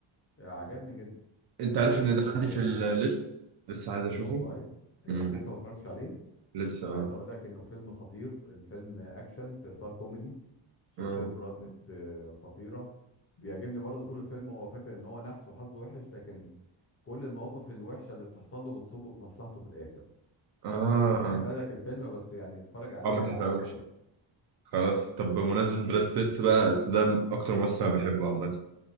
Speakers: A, on the left; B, on the right.
A: عجبني جدا
B: انت
A: الفيلم
B: عارف ان ده
A: آه،
B: عندي في الليست لسه عايز اشوفه
A: والله آه،
B: امم
A: لسه ما اتفرجتش عليه
B: لسه
A: عايز
B: اه
A: اقول لك انه فيلم خطير الفيلم اكشن في اطار كوميدي شخصيه
B: اه
A: براد بيت آه، خطيره بيعجبني برضه طول الفيلم هو فاكر ان هو نحس وحظه وحش لكن كل المواقف الوحشه اللي بتحصل له بتصب في مصلحته في الاخر
B: اه
A: انا مش هحرق لك الفيلم بس يعني اتفرج عليه
B: اه ما
A: هيعجبك
B: تحرقوش
A: قوي
B: خلاص طب بمناسبة براد بيت بقى بس ده اكتر ممثل انا بحبه عامة